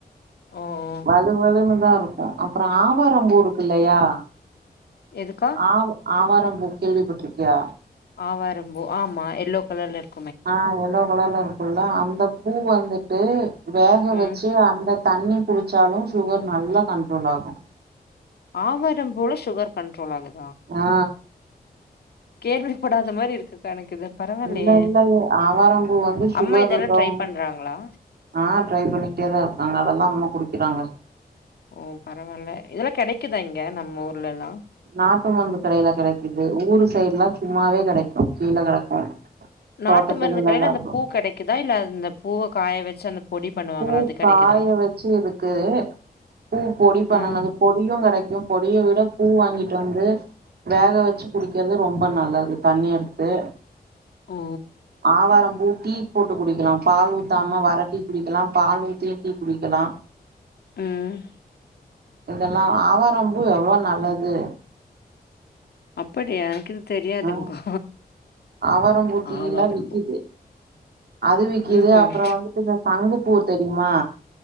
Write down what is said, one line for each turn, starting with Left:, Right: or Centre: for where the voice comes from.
Left: ஓ ஓ
Right: வலுவலுன்னு தான் இருக் அப்புறம் ஆவாரம் பூ இருக்கு இல்லையா
Left: எதுக்கா
Right: ஆவ் ஆவார் ஆவாரம் பூ கேள்விப்பட்டுருக்கியா
Left: ஆவாரம்பூ ஆமா எல்லோ கலர்ல இருக்
Right: ஆ எல்லோ கலர்ல இருக்குள்ள அந் த பூ வந்துட்டு வேக
Left: ம்
Right: வச்சு அந்த தண்ணி குடிச்சாலும் சுகர் நல்லா கண்ட்ரோல் ஆகும்
Left: ஆவாரம் பூ ல சுகர் கண்ட்ரோல் ஆகுது
Right: ஆ
Left: கேள்விப்படாத மாதிரி இருக்கு கா எனக்கு இது பரவாயில்லையே
Right: இல்ல இல்லங்க ஆவாரம்பூ வந்து சுகர்
Left: அம்மா இதெல்லா
Right: இருக்கவுங்க
Left: ட்ரை பண்றாங்களா
Right: ஆ ட்ரை பண்ணிட்டே தான் இருக்காங்க அதெல்லாம் அம்மா குடிக்கிறாங்க
Left: ஓ பரவாயில்ல இதெல்லாம் கிடைக்குதா இங்க நம்ம ஊர்லல்லா
Right: நாட்டு வந்து கடையில கெடைக்குது ஊரு சைடு எல்லாம் சும்மாவே கெடைக்கு கீழ கெடக்கு
Left: நாட்டு
Right: தோட்டத்துக்குள்ள
Left: மருந்து கடையில
Right: எல்லா
Left: அந்த
Right: இருக்கு
Left: பூ கெடைக்குதா இல்ல அந்த பூவை காய வச்சு அந்த பொடி பண்ணுவாங்களா
Right: பூ
Left: அது கெடைக்குதா
Right: காய வச்சும் இருக்கு பூ பொடி பண்ணனது
Left: ஆ
Right: பொடியும் கெடைக்கும் பொடிய விட பூ வாங்கிட்டு வந்து வேக வச்சு குடிக்கிறது ரொம்ப நல்லது தண்ணி எடுத்து
Left: ஓ
Right: ஆவாரம் பூ டீ போட்டு குடிக்கலா பால் ஊத்தாம வற டீ குடிக்கலா பால் ஊத்தியு டீ குடிக்கலா
Left: ம்
Right: இதெல்லாம் ஆவாரம்பூ எவ்ளோ நல்லது
Left: அப்படியா எனக்கு இது தெரியாதுங்க்கா
Right: ஆ ஆவாரம்பூ டீ
Left: ஆவாரம்பூ
Right: எல்லா வி்க்கிது அது வி்க்கிது
Left: ம் ம்
Right: அப்றோ வந்துட்டு இந்த சங்கு பூ தெரியுமா